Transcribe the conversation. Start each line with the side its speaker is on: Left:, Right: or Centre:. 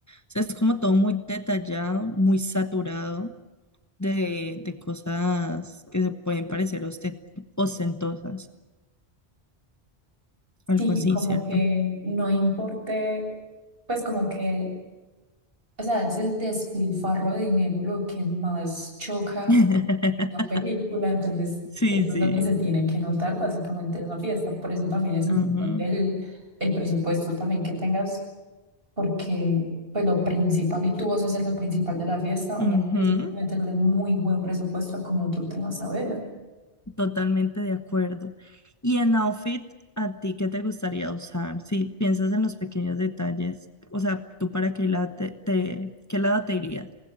Left: O sea, es como todo muy detallado, muy saturado de, de cosas que se pueden parecer oste- ostentosas. Algo
Right: Sí,
Left: así,
Right: como
Left: ¿cierto?
Right: que no importe pues como que O sea, es el despilfarro de dinero lo que más choca
Left: <laughs>
Right: en la película, entonces
Left: Sí,
Right: eso
Left: sí.
Right: es lo que se tiene que notar básicamente en la fiesta. Por eso también es importante
Left: Ujú,
Right: el, el presupuesto también que tengas, porque pues lo principal y tú vas a ser la principal de la fiesta, obviamente
Left: ujú.
Right: tienes que meterle muy buen presupuesto a como tú te vas a ver.
Left: Totalmente de acuerdo. Y en outfit, ¿a ti qué te gustaría usar? Si piensas en los pequeños detalles, o sea, ¿tú para qué lado te, te- qué lado te irías?